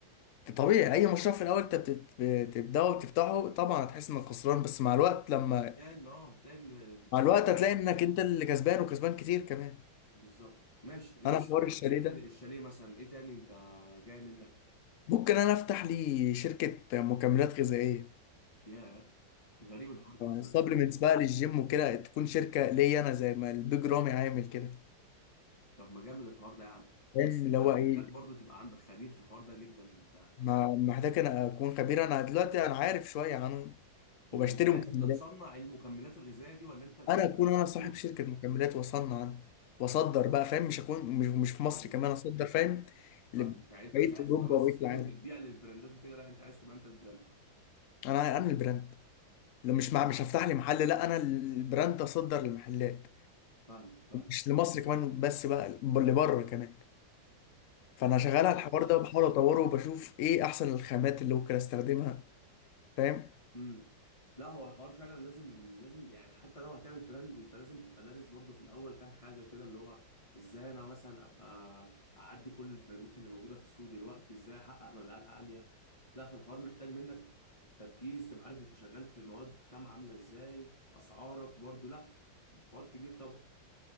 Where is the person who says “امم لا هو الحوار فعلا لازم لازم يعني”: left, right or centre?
Left